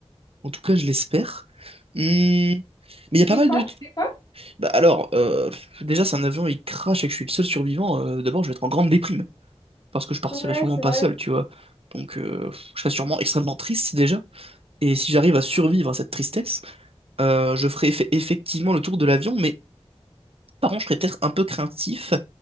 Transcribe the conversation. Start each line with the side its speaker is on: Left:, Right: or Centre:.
Right: En tout cas, je l'espère. Hum, Mais il y a pas
Left: Et
Right: mal
Left: toi,
Right: de...
Left: tu fais quoi?
Right: Bah alors, euh, déjà si un avion il crache et que je suis le seul survivant, euh, d'abord je vais être en grande déprime. Parce que je partirai
Left: Ouais,
Right: sûrement
Left: c'est
Right: pas
Left: vrai.
Right: seul, tu vois. Donc euh, je serai sûrement extrêmement triste déjà. Et si j'arrive à survivre à cette tristesse, Euh, je ferai effe- effectivement le tour de l'avion, mais par contre, je serais peut-être un peu craintif